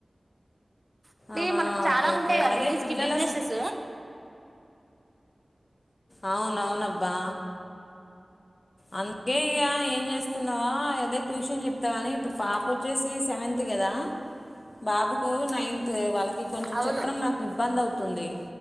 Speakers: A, on the right; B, on the left.
A: అంటే
B: ఆహా
A: మనకి చాలా
B: ఓకే
A: ఉంటాయా
B: ఓకే
A: కదా
B: అదే
A: లేడీస్
B: పిల్లలు
A: కి బిజినెసెస్.
B: అసలు అవునవునబ్బా. అందుకే ఇగ ఏం చేస్తున్నావా అదే ట్యూషన్ చెప్తావని ఇప్పుడు పాపోచ్చేసి సెవెంత్. కదా బాబుకు నైన్త్ వాళ్ళకి కొంచెం
A: అవును
B: చెప్పడం నాకిబ్బంది అవుతుం. తుంది.